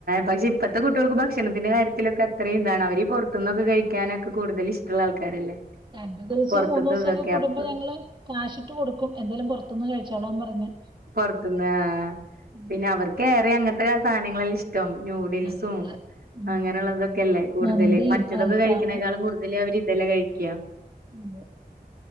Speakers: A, on the right (about 70°); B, on the right (about 30°).
A: പക്ഷെ - ഇപ്പത്തെ കുട്ടികൾക്ക് ഭക്ഷണത്തിന്റെ കാര്യത്തിലൊക്ക അത്രയും താണ് അവരീ പുറത്തനിന്നൊക്കെ കഴിക്കാനൊക്കെ കൂടുതൽ ഇഷ്ടമുള്ള ആൾക്കാരല്ലേ.
B: രണ്ടു ദിവസവും
A: പുറത്തത്തെ
B: മൂന്നു ദിവസം
A: ഇതൊക്കെ
B: ഒക്കെ കടുമ്പോ
A: അപ്പൊ
B: ഞങ്ങള് കാശ് ഇട്ട് കൊടുക്കും എന്തേലും പുറത്തുന്ന് കഴിച്ചോളാം പറഞ്ഞ്
A: പുറത്തുന്ന് ആ
B: ഉം,
A: പിന്നെ
B: അങ്ങനെ
A: അവർക്ക് ഏറെ അങ്ങനത്തെ സാധനങ്ങളെല്ലാം ഇഷ്ട. തും ന്യൂഡിൽസും-
B: അതായത് ഉം,
A: അങ്ങനെയുള്ളതൊക്കെല്ലേ കൂടുതല്
B: മന്തിയും
A: മറ്റേതൊക്കെ
B: അൽഫാമും
A: കഴിക്കണേക്കാളും കൂടുതല് അവര് ഇതെല്ലാം കഴിക്ക.
B: അതെ.